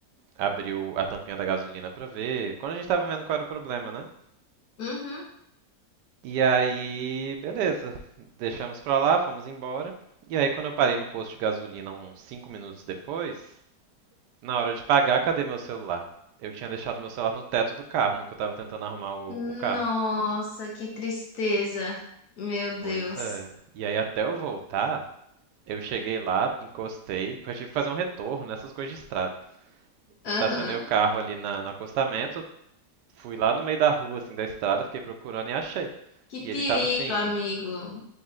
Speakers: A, on the right; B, on the left.
A: abriu a tampinha da gasolina pra ver. Quando a gente tava vendo qual era o problema, né?
B: Uhum.
A: E aí, beleza, deixamos pra lá, fomos embora. E aí, quando eu parei no posto de gasolina uns 5 minutos depois, Na hora de pagar, cadê meu celular? Eu tinha deixado meu celular no teto do carro, no que eu tava tentando arrumar o,
B: Nossa,
A: o carro.
B: que tristeza. Meu Deus.
A: Pois é. E aí, até eu voltar, eu cheguei lá, encostei, porque eu tive que fazer um retorno nessas coisas de estrada.
B: Aham.
A: Estacionei o carro ali na, no acostamento, fui lá no meio da rua, assim, da estrada, fiquei procurando e achei.
B: Que perigo,
A: E ele tava assim,
B: amigo.